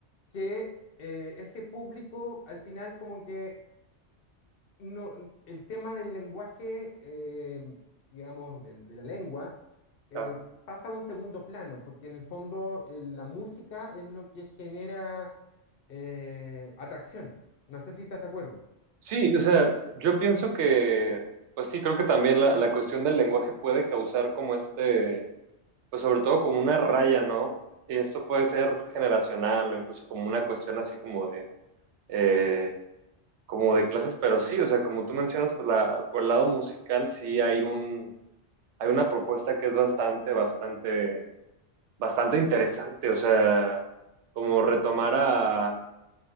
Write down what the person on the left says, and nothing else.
que eh, ese público al final como que no, el tema del lenguaje, eh, digamos, de, de la lengua, eh,
pasa a un segundo plano, porque en el fondo eh, la música es lo que genera eh, atracción. No sé si estás de acuerdo.